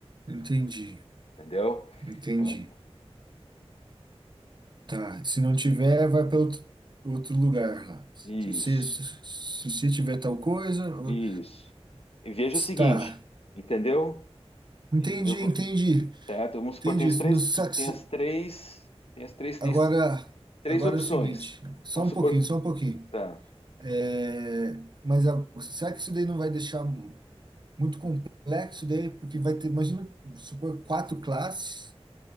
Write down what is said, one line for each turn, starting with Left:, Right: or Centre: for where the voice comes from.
Right: entendi,
Left: entendeu?
Right: entendi.
Left: Então,
Right: Tá, se não tiver, vai para outro, outro lugar lá.
Left: Isso,
Right: Se você se, se se tiver tal coisa, ó,
Left: isso. E veja o seguinte,
Right: tá.
Left: entendeu?
Right: Entendi,
Left: Entendeu? co-
Right: entendi.
Left: Certo? Vamos supor,
Right: Entendi.
Left: tem os três,
Right: No sax...
Left: tem as três, tem as três,
Right: Agora,
Left: três, três
Right: agora
Left: opções.
Right: é o seguinte, só
Left: Vamos
Right: um
Left: supor,
Right: pouquinho, só um pouquinho.
Left: tá.
Right: É, mas a- será que isso daí não vai deixar muito complexo daí? Porque vai ter, imagina, supor, quatro classes,